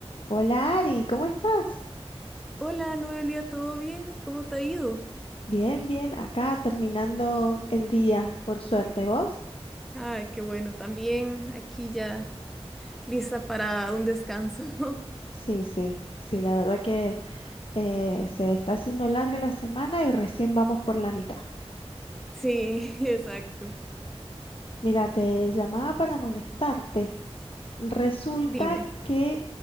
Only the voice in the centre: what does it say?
Hola Noelia, ¿todo bien? ¿Cómo te ha ido?
Ah, qué bueno, también aquí ya lista para un descanso. <laughs>
Sí, <laughs> exacto.
Dime.